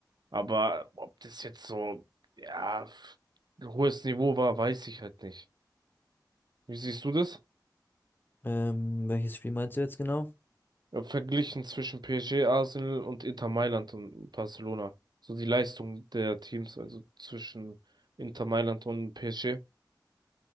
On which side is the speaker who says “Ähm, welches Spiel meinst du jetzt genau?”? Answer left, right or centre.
Left